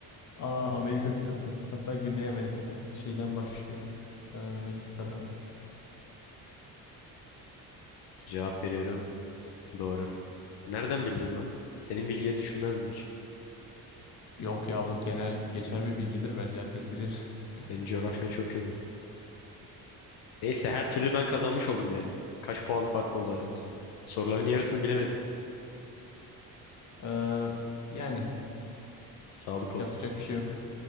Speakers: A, on the left; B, on the left.
A: Aa, Amerika kıtası. Hatta Güney Amerika'da. Şeyden başlıyor. Ee, Meksika'dan.
B: Cevap veriyorum. Doğru. Nereden bildin lan? Senin bileceğini düşünmezmiş.
A: Yok ya bu genel geçer bir bilgidir bence. Herkes bilir. <laughs>
B: Senin coğrafyan çok kötü. Neyse her türlü ben kazanmış oldum yani. Kaç puan fark oldu aramızda? Soruların yarısını bilemedim.
A: Ee, yani
B: Sağlık olsun.
A: yapacak bir şey yok.